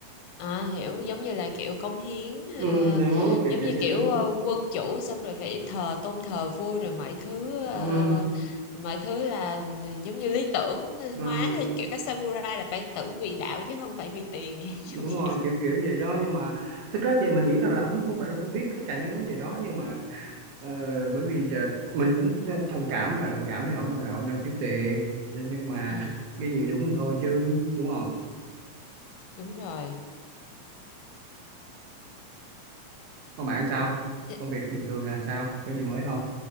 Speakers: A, on the left; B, on the right.
A: à hiểu giống như là kiểu cống hiến à,
B: ừ, đó kiểu
A: giống
B: kiểu
A: như
B: vậy
A: kiểu
B: đó
A: ờ, quân chủ xong rồi phải thờ tôn thờ vua rồi mọi thứ ờ,
B: ừ,
A: mọi thứ là giống như lý tưởng
B: ừ,
A: hóa lên kiểu các samurai là phải tử vì đạo chứ không phải vì tiền <laughs> giống
B: đúng rồi
A: vậy
B: kiểu kiểu vậy đó nhưng mà thực ra thì mình nghĩ rằng là ổng không phải là không biết tất cả những cái vấn đề đó nhưng mà Ờ, bởi vì là mình cũng thông cảm và đồng cảm với ông đâu là ông đang thiếu tiền nhưng nhưng mà
A: ừ
B: cái gì đúng thì thôi chứ đúng không
A: đúng rồi
B: còn bạn sao
A: Thế-
B: công việc bình thường là sao có gì mới không